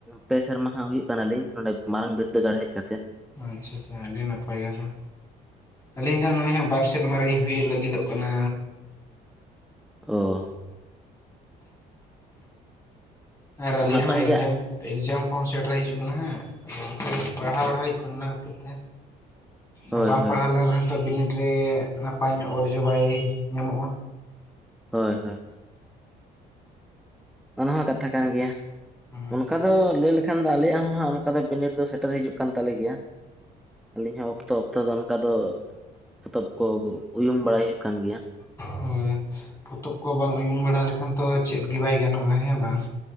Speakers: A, in the centre; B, on the left (about 20°).
A: ᱯᱮ ᱥᱮᱨᱢᱟ ᱟᱦᱟ ᱦᱩᱭᱩᱜ ᱠᱟᱱᱟᱞᱤᱧ ᱱᱚᱰᱮ ᱢᱟᱨᱟᱝ ᱵᱫᱟᱹᱜᱟᱲ ᱦᱮᱡ ᱠᱟᱛᱮᱮᱫ᱾
B: ᱟᱪᱪᱷᱟ ᱟᱪᱪᱷᱟ ᱟᱹᱰᱤ ᱱᱟᱯᱟᱭ ᱠᱟᱛᱷᱟ ᱟᱹᱞᱤᱧ ᱫᱚ ᱱᱚᱜᱼᱚᱭ ᱦᱟᱸᱜ ᱵᱟᱨ ᱥᱮᱨᱢᱟ ᱞᱤᱧ ᱦᱩᱭᱩᱜ ᱞᱟᱹᱜᱤᱫᱚᱜ ᱠᱟᱱᱟ᱾
A: ᱚᱻ
B: ᱟᱨ ᱟᱞᱮᱭᱟᱜ
A: ᱱᱟᱯᱟᱭ
B: ᱦᱚᱸ ᱮᱠᱡᱟᱢ᱾
A: ᱜᱮ
B: ᱮᱠᱡᱟᱢ ᱠᱚᱦᱚᱸ ᱥᱮᱴᱮᱨ ᱦᱤᱡᱩᱜ ᱠᱟᱱᱟ ᱦᱟᱸᱜ ᱟᱫᱚ ᱚᱱᱠᱟ ᱠᱟᱴᱤᱡ ᱯᱟᱲᱦᱟᱣ ᱵᱟᱲᱟ ᱦᱩᱭᱩᱜ ᱠᱟᱱᱟ ᱚᱱᱟ ᱠᱷᱟᱹᱛᱤᱨ ᱛᱮ᱾
A: ᱦᱳᱭ
B: ᱟᱨ ᱵᱟᱝ
A: ᱦᱳᱭ
B: ᱯᱟᱲᱦᱟᱣ ᱞᱮᱱ ᱨᱮᱦᱚᱸ ᱛᱚ ᱵᱤᱱᱤᱰ ᱨᱮ ᱱᱟᱯᱟᱭ ᱧᱚᱜ ᱚᱨᱡᱚ ᱵᱟᱭ ᱧᱟᱢᱚᱜᱼᱟ᱾
A: ᱦᱳᱭ ᱦᱳᱭ᱾ ᱚᱱᱟ ᱦᱚᱸ ᱠᱟᱛᱷᱟ ᱠᱟᱱ ᱜᱮᱭᱟ,
B: ᱦᱩᱸ
A: ᱚᱱᱠᱟ ᱫᱚ ᱞᱟᱹᱭ ᱞᱮᱼᱼ ᱮᱠᱷᱟᱱ ᱫᱚ ᱟᱞᱮᱭᱟᱜ ᱦᱚᱸ ᱦᱟᱸᱜ ᱚᱱᱠᱟ ᱫᱚ ᱵᱤᱱᱤᱰ ᱫᱚ ᱥᱮᱴᱮᱨ ᱦᱤᱡᱩᱜ ᱠᱟᱱ ᱛᱟᱞᱮ ᱜᱮᱭᱟ᱾ ᱟᱹᱞᱤᱧ ᱦᱚᱸ ᱚᱠᱛᱚ ᱚᱠᱛᱚ ᱫᱚ ᱚᱱᱠᱟ ᱫᱚ ᱯᱚᱛᱚᱵ ᱠᱚ ᱩᱭᱩᱝ ᱵᱟᱲᱟᱭ ᱦᱩᱭᱩᱜ ᱠᱟᱱ ᱜᱮᱭᱟ᱾
B: ᱦᱩᱸ ᱯᱚᱛᱚᱵ ᱠᱚ ᱵᱟᱝ ᱩᱭᱩᱝ ᱵᱟᱲᱟ ᱞᱮᱠᱷᱟᱱ ᱛᱚ ᱪᱮᱫ ᱜᱮ ᱵᱟᱭ ᱜᱟᱱᱚᱜᱼᱟ, ᱦᱮᱸ ᱵᱟᱝ?